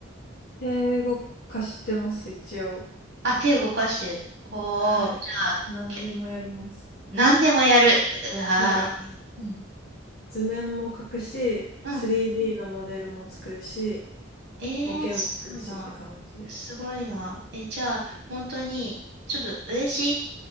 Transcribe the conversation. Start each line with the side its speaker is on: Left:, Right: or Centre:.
Left: 英語化してます、一応。
Right: あ、手動かしてる。ほう、
Left: はい。
Right: じゃあ、
Left: 何でもやります。
Right: け、何でもやる。うわー、
Left: なんか、
Right: うん。
Left: 図面も描くし、
Right: うん。
Left: 3D のモデルも作るし、
Right: えー、
Left: 模型も作るしって感じです。
Right: すごいな。すごいな。え、じゃあ、本当に、ちょっと嬉しい、